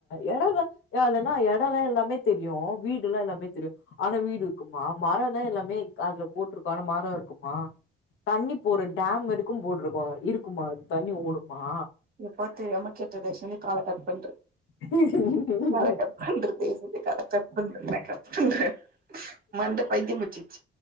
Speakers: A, on the left (about 80°); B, on the right (about 50°).
A: எடல்வ ஏ இல்லன்னா எடலா எல்லாமெ தெரியு வீடு ல்லா எல்லாமே தெரியு ஆனா வீடு இருக்குமா மரனா எல்லாமே அதுல போட்ருக்கு ஆனா மரோ இருக்குமா தண்ணி போற டேம் இருக்கு போட்ருக்கோ இருக்குமா அது தண்ணி ஓடுமா
B: எப்பா தெரியாம கேட்டே தயவ்செஞ்சி கால கட் பண்று
A: ஓடுமா
B: கால கட் பண்று தைவ்செஞ்சு கால கட் ன்ற நா கட் பன்ற மண்ட பைத்தியம்புச்சிச்சு